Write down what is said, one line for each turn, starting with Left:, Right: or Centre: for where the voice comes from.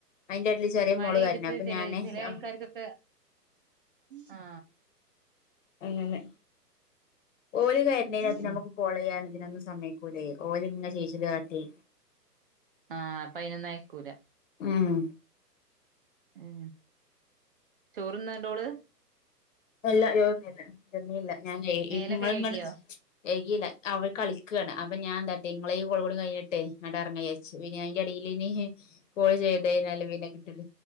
Left: അയിന്റെ എടേല് ചെറിയ
Right: മഴെയ്തിട്ട്
Left: മോള് കരഞ്ഞു അപ്പൊ
Right: ചില
Left: ഞാന്
Right: ചില
Left: ആ
Right: ആൾക്കാർക്കൊക്കെ ആ
Left: അങ്ങനെ ഓല കാരുന്നതിനകത്ത്
Right: ഉം
Left: നമുക്ക് കോള ചെയ്യാന ഇതിനൊന്നു സമയക്കൂലെ ഓല ഇങ്ങ നെ ചിച്ചീല്കാട്ടീ
Right: ആ അപെയ്നൊന്നും അയക്കൂലാ
Left: ഹും
Right: ഉ ചോറ്ന്നാണ്ടോള്
Left: ഇല്ല ചോർന്നില്ലാ ഞാൻ ഈ
Right: മേലൊക്കെ
Left: നിങ്ങള്
Right: കഴുകിയോ
Left: ഇങ്ങട്ട് കഴികില്ല അവ കളിക്കാണ് അപ്പ ഞാ എന്താട്ടീ ഇങ്ങള കോളും കൂടി കഴിഞ്ഞിട്ട് ഇങ്ങോട്ട് ഇറങ്ങാൻ വിചാരിച്ചു പിന്നെ അയിന്റെ എടില് പിന്നെ കോൾ ചെയ്ത് കഴിഞ്ഞാൽ പിനെ കിട്ടല